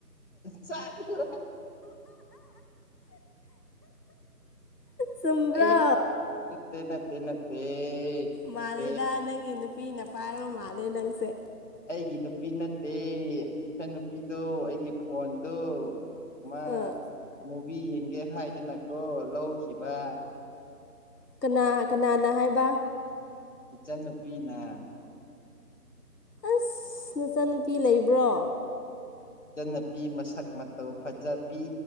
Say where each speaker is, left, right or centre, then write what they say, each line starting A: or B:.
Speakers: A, on the left; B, on the left.
A: ꯆꯠꯂꯣ
B: ꯆꯨꯝꯕ꯭ꯔꯣ
A: ꯑꯩ ꯅꯠꯇꯦ ꯅꯠꯇꯦ ꯅꯠꯇꯦ ꯅꯠꯇꯦ
B: ꯃꯥꯂꯦꯗ ꯅꯪꯒꯤ ꯅꯨꯄꯤꯅ ꯄꯥꯏꯕ ꯃꯥꯜꯂꯦ ꯅꯪꯁꯦ
A: ꯑꯩꯒꯤ ꯅꯨꯄꯤ ꯅꯠꯇꯦ ꯑꯩ ꯏꯆꯟ ꯅꯨꯨꯄꯤꯗꯣ ꯑꯩꯒꯤ ꯐꯣꯟꯗꯣ ꯃꯥ
B: ꯑ
A: ꯃꯨꯚꯤ ꯌꯦꯡꯒꯦ ꯍꯥꯏꯗꯨꯅꯀꯣ ꯂꯧꯈꯤꯕ
B: ꯀꯅꯥ ꯀꯅꯥꯅ ꯍꯥꯏꯕ
A: ꯏꯆꯟꯅꯨꯄꯤꯅ
B: ꯑꯁ ꯅꯆꯟꯅꯨꯄꯤ ꯂꯩꯕ꯭ꯔꯣ
A: ꯏꯆꯟꯅꯨꯄꯤ ꯃꯁꯛ ꯃꯇꯧ ꯐꯖꯕꯤ